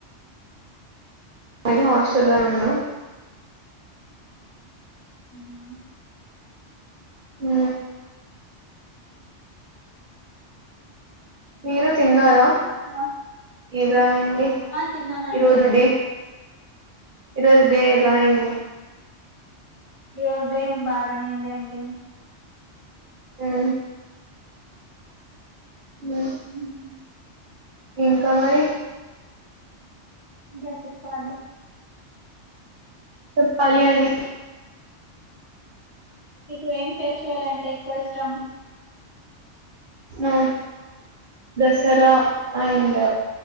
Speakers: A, on the right; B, on the left.
A: అండి హాస్టల్ల్లోనే ఉన్నా
B: ఆ
A: ఆ మీరు తిన్నారా
B: ఇంకా
A: ఏదా అండి
B: ఆ తిన్నామండి
A: ఇరుదు డే ఇరోజ డే లైన్
B: రోజ డేమ్ బాగానేయింది అండి
A: ఆ ఉ
B: మ్మ్.
A: ఇంకా మరి
B: ఇంకా చెప్పాలండి
A: సప్పాలి అండి
B: మీకు ఏం ఫెస్టివల్ అంట ఎక్కువ ఇష్టం
A: ఆ దసరా అండ్